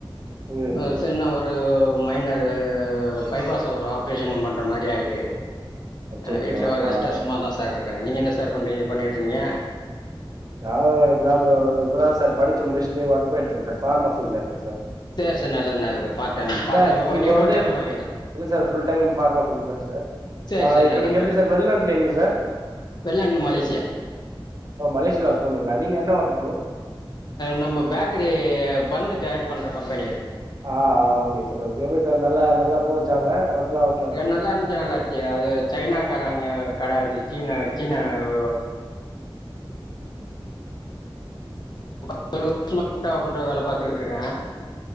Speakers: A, on the right; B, on the left.
A: ம்
B: அ சின்ன ஒரு மைனர்ரு பைபாஸ் ஒரு ஆப்ரேஷன் பண்ற மாரி ஆயிட்டு
A: அச்சச்சோ
B: ஆ வீட்ல ஒரு ரெஸ்ட்ல
A: ஆ
B: சும்மாதா சார் இருக்குறே நீங்க என்ன சார் பண்றீங்க பண்ணிட்டுறீங்க
A: நா இப்பதா ப்ரே இப்பதா சார் படிச்சு முடிச்சுட்டு ஒர்க் போயிட்டு இருக்கே சார் பார்மஸில இருக்க சார்
B: சேரி சார் நல்லது நல்லது பார்ட் டைம் பார்ட்
A: சார்
B: டைமா பாக்குறீங்களா
A: இப்ப
B: ஃபுல்
A: வந்து
B: டைமா பாக்குறீங்களா
A: இல்ல சார் புல் டைம் ஃபார்ம்ம ஃபுல் தா சார்
B: சேர்
A: ஆ
B: சேரி
A: இப்ப
B: நல்லது
A: நீங்க எப்டி
B: நல்லது
A: சார் வெளிநாட்டுல எங்க சார்
B: வெளிநாட்ல மலேசியா
A: ஓ மலேசியாவுல ஒர்க் பண்ணுறீங்களா நீங்க என்ன ஒர்க் ஃப்ரோ
B: நம்ம பேக்கரி பன்னு தயார் பண்ற கம்பெனியது
A: ஆ ஓகே சார் எப்டி சார் நல்லா நல்லா போச்சாங்க ஓர்க்லா ஓகே
B: நல்லருந்துச்சு நல்லா எ அது சைனாக்காரவய்ங்க கட அது சீனா சீனா ஓ <inaudible> ஒரு வருசமா அவன்ட வேல பாத்துக்கிட்டுருக்கே